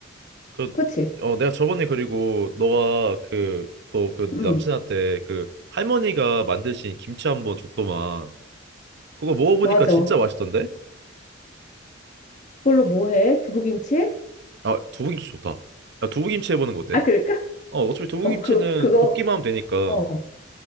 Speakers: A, on the right (about 55°); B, on the left (about 40°).
A: 그,
B: 그치?
A: 어, 내가 저번에 그리고 너가 그, 또 그
B: 음.
A: 남친한테 그 할머니가 만드신 김치 한번 줬더만. 그거 먹어보니까
B: 맞아.
A: 진짜 맛있던데?
B: 그걸로 뭐 해? 두부김치?
A: 아, 두부김치 좋다. 야, 두부김치 해보는 거 어때?
B: 아, 그럴까?
A: 어, 어차피 두부김치는
B: 어, 그 그거
A: 볶기만 하면 되니까.
B: 어.